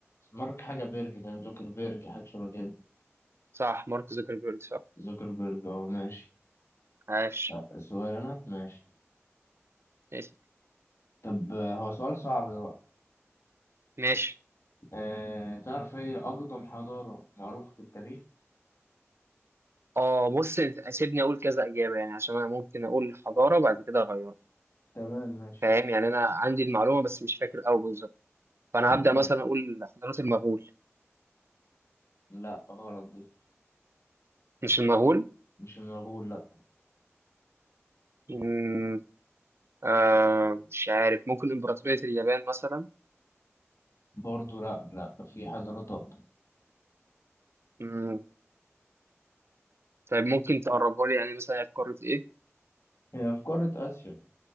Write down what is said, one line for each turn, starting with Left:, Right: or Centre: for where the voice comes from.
Left: مارك حاجة بيرج تقريبا زوكربيرج حاجة شبه كده
Right: صح مارك زوكربيرج صح
Left: زوكربيرج اه ماشي
Right: عاش
Left: آه، سؤال أنا ماشي
Right: ماشي
Left: طب آه، هو سؤال صعب ده بقى
Right: ماشي
Left: أه تعرف هي أقدم حضارة معروفة في التاريخ؟
Right: اه بص انت- سيبني اقول كذا اجابة يعني عشان انا ممكن اقول حضارة وبعد كده اغيرها
Left: تمام ماشي
Right: فاهم يعني انا عندي المعلومة بس مش فاكر قوي بالظبط فانا هبدأ
Left: لا
Right: مثلا اقول حضارة المغول
Left: لا غلط دي
Right: مش المغول
Left: مش المغول لا
Right: امم آه مش عارف ممكن امبراطورية اليابان مثلا
Left: برضه لا لا في حضارات أقدم
Right: امم طيب ممكن تقربها لي يعني مثلا هي في قارة ايه؟
Left: هي في قارة آسيا